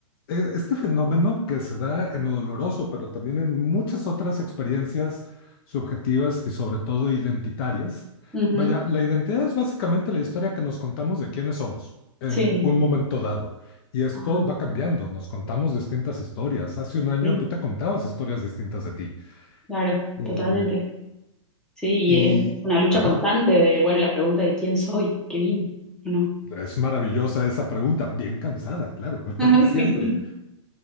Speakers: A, on the left (about 45°); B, in the centre.
A: eh, este fenómeno que se da en lo doloroso, pero también en muchas otras experiencias subjetivas y sobre todo identitarias.
B: Ujú.
A: Vaya, la identidad es básicamente la historia que nos contamos de quiénes somos en
B: Sí,
A: un momento dado. Y esto
B: ajá,
A: va cambiando, nos contamos distintas historias. Hace un año
B: sí,
A: tú te contabas historias distintas de ti.
B: claro,
A: Eh,
B: totalmente. Sí, y
A: y,
B: es una lucha
A: ajá,
B: constante de, bueno, la pregunta de quién soy, a qué vine, o no.
A: es maravillosa esa pregunta, bien cansada, claro,
B: <laughs> Ajá,
A: <laughs> siempre.
B: sí, sí.